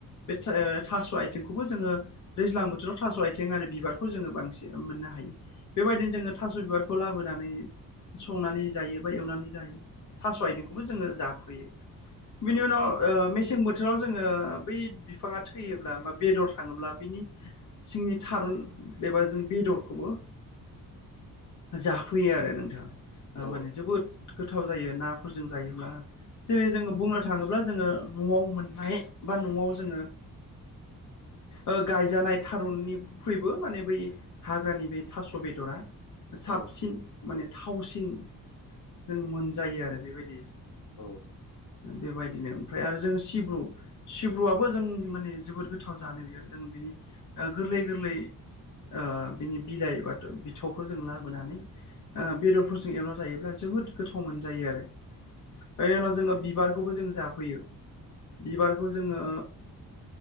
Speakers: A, on the left; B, on the left.
A: बे थास' आइथिंखौबो जोङो दैज्लां बोथोराव थास' आइथिं आरो बिबारखौ जोङो बांसिन मोननो हायो बेबायदिनो जोङो थास' बिबारखौ लाबोनानै संनानै जायो बा एवनानै जायो। थास' आइथिंखोबो जोङो जाफैयो
B: औ
A: बिनि उनाव ओ मेसें बोथोराव जोङो बै बिफाङा थैयोब्ला बा बेदर थाङोब्ला बिनि सिंनि थारुन एबा जों बेदरखौबो जाफैयो आरो नोंथां
B: औ
A: माने जोबोद गोथाव जायो नाफोरजों जायोब्ला जेरै जोङो बुंनो थाङोब्ला जोङो न'वाव मोननाय बा न'वाव जोङो ओ गायजानाय थारुननिख्रुइबो माने बै हाग्रानि बे थास' बेदरा साबसिन
B: औ
A: माने थावसिन जों मोनजायो आरो बेबायदि
B: औ
A: बेबायदिनो ओमफ्राय आरो जोङो सिब्रु सिब्रुआबो जों माने जोबोद गोथाव जानो बियो जों बिनि गोरलै गोरलै ओ बिनि बिलाइ बाथ' बिथ'खौ जों लाबोनानै ओ बेदरफोरजों एवना जायोब्ला जोबोद गोथाव मोनजायो आरो बेनि उनाव जोङो बिबारखौबो जों जाफैयो। बिबारखौ जोङो